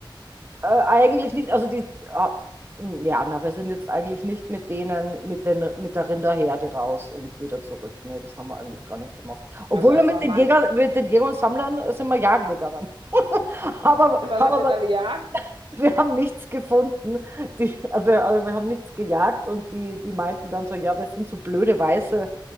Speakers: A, on the right (about 30°); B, on the right (about 70°).
A: Äh, eigentlich nicht, also die, ah, ja, na, wir sind jetzt eigentlich nicht mit denen, mit den, mit der Rinderherde raus und wieder zurück. Ne, das haben wir eigentlich gar nicht gemacht. Obwohl
B: Also dann
A: wir mit
B: sa-
A: den
B: waren
A: Jägern,
B: die,
A: mit den Jägern und Sammlern äh, sind wir jagen gegangen. <laughs> Aber,
B: und was
A: haben
B: habt
A: aber
B: ihr da gejagt?
A: wir haben nichts gefunden. Die, also, also wir haben nichts gejagt und die, die meinten dann so, ja, wir sind so blöde Weiße,